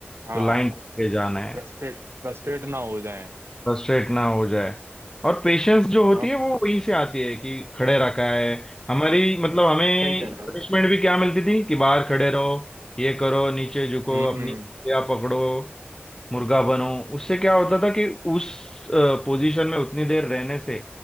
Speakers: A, on the right; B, on the left.
A: हाँ
B: तो लाइन टूट के जाना है
A: फ्रस्ट्रेट फ्रस्ट्रेट ना हो जाए
B: फ्रस्ट्रेट ना हो जाए और पेशेंस जो होती
A: हाँ
B: है वो वहीं से आती है कि खड़े रखा है हमारी
A: स-
B: मतलब हमें
A: सही कह रहे हो
B: पनिशमेंट भी क्या मिलती थी कि बाहर खड़े रहो ये करो नीचे झुको
A: हम्म
B: अपनी या पकड़ो मुर्गा बनो उससे क्या होता था कि उस पोजीशन में उतनी देर रहने से